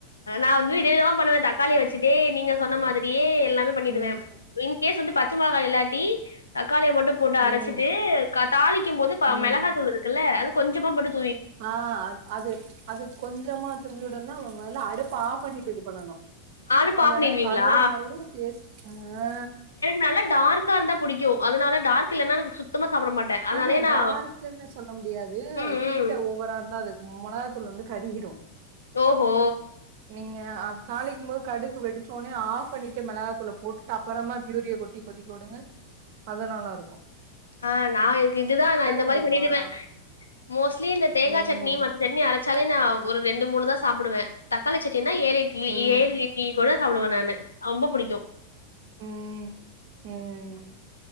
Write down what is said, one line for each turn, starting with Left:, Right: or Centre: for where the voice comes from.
Left: நா வந்து விதவிதமா பண்ணுவே தக்காளி வச்சுட்டு நீங்க சொன்ன மாதிரியே எல்லாமே பண்ணிடுவே
Right: ம்,
Left: இன்கேஸ் வந்து பச்ச மொளகா இல்லாட் ட்டி தக்காளிய மட்டும் போட்டு அரச்சிட்டு
Right: ம்,
Left: தாளிக்கும் போது
Right: ம்.
Left: மிளகா தூள் இது க்குல்ல அது கொஞ்சமா போட்டு
Right: ஆ அது அது கொஞ்சமா தூவிடனு மொதல்ல அடுப்ப ஆஃப் பண்ணிட்டு இது பண்ணணு
Left: அடுப்ப
Right: இல்லனா
Left: ஆஃப் பண்ணிடுவீங்களா
Right: கலறு மாறிரும் டேஸ்ட் ஆ
Left: னால டார்கா இருந்தா புடிக்கும் அதனால டார்க் இல்லனா சுத்தமா சாப்பிட மாட்டே அதனாலயே
Right: ஆஹா
Left: நா
Right: டார்க்கன்னு சொல்ல முடியாது
Left: ம்
Right: ஹீட்ட
Left: ம்
Right: ஓவரா இருந்தா அது மொளகா தூள் வந்து கறிகிரும்
Left: ஓஹோ
Right: நீங்க தாளிக்கும் போது கடுகு வெடிச்சோனே ஆஃப் பண்ணி ட்டு மிளகாத்தூள போட்டு அப்பறமா பியூரிய கொட்டி கொதிக்க வுடுங்க அது நல்லா இருக்கும்
Left: ஆ நா எனக்கு இதுதா நா இந்த
Right: உங்களுக்கு
Left: மாறி பண்ணிடுவே
Right: மாறா
Left: மோஸ்ட்லி இந்த தேங்கா
Right: ம்
Left: சட்னி மத்த சட்னி அரச்சாலே நா ஒரு ரெண்டு மூணு தா சாப்புடுவே தக்காளி சட்டினா ஏழு இட்லி
Right: ம்
Left: ஏழு இட்லி கூட சாப்பிடுவே நானு ரொம்ப புடிக்கும்
Right: ம் ம்